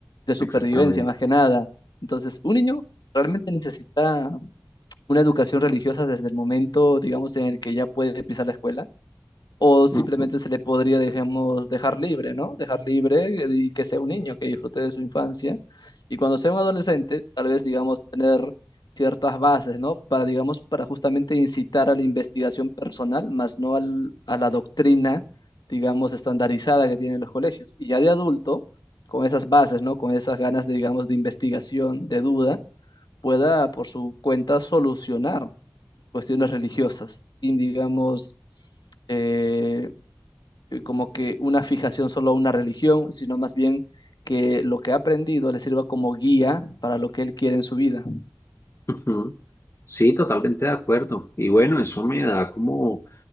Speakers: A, on the left; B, on the left.
A: de supervivencia
B: Exactamente.
A: más que nada. Entonces, un niño realmente necesita una educación religiosa desde el momento, digamos, en el que ya puede pisar la escuela, o simplemente
B: Ujú,
A: se le podría, digamos, dejar libre, ¿no? Dejar libre y que sea un niño, que disfrute de su infancia, y cuando sea un adolescente, tal vez, digamos, tener ciertas bases, ¿no? Para, digamos, para justamente incitar a la investigación personal, más no al- a la doctrina, digamos, estandarizada que tienen los colegios. Y ya de adulto, con esas bases, ¿no? Con esas ganas, de, digamos, de investigación, de duda, pueda por su cuenta solucionar cuestiones religiosas, sin, digamos, eh, eh, como que una fijación solo a una religión, sino más bien que lo que ha aprendido le sirva como guía para lo que él quiere en su vida.
B: ujú. Sí, totalmente de acuerdo. Y bueno, eso me da como